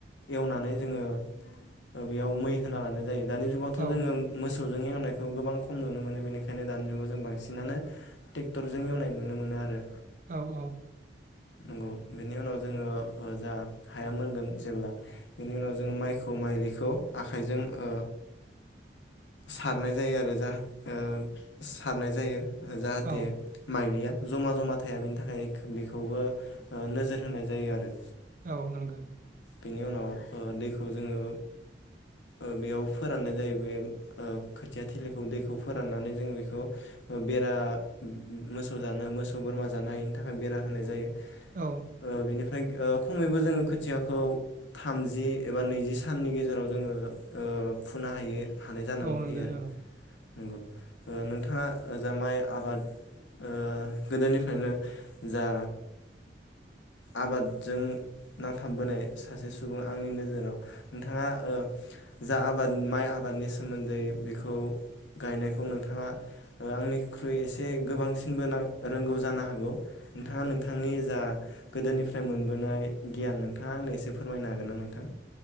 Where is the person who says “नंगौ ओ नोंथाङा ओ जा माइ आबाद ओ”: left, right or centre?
Left